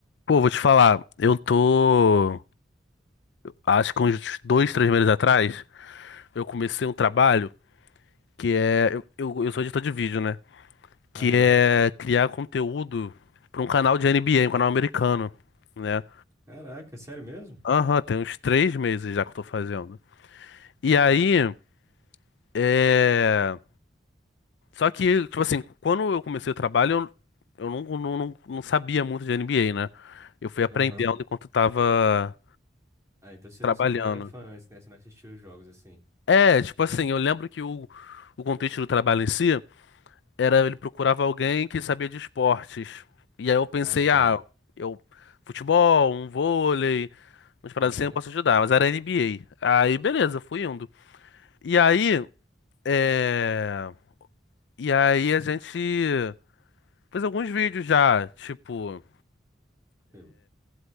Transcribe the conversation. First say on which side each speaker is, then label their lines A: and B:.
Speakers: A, on the left; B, on the right.
A: Pô, vou te falar, eu tô, acho que uns dois, três meses atrás, eu comecei um trabalho que é, eu, eu, eu sou editor de vídeo, né? Que
B: Aham.
A: é criar conteúdo pra um canal de N B A, um canal americano, né?
B: Caraca, sério mesmo?
A: Aham, tem uns três meses já que eu tô fazendo.
B: Caraca.
A: E aí, é... Só que, tipo assim, quando eu comecei o trabalho, eu, eu não, não, não, não sabia muito de N B A, né? Eu fui aprendendo
B: Aham.
A: enquanto tava
B: Ah, então você
A: trabalhando.
B: você não era fã antes, né? Você não assistiu os jogos assim.
A: É, tipo assim, eu lembro que o, o contexto do trabalho em si era ele procurava alguém que sabia de esportes. E aí eu pensei,
B: Ah, tá.
A: ah, eu futebol, um vôlei, umas paradas
B: Aham.
A: assim eu posso ajudar, mas era NBA. Aí beleza, eu fui indo. E aí, é... e aí a gente fez alguns vídeos já, tipo,
B: Eu-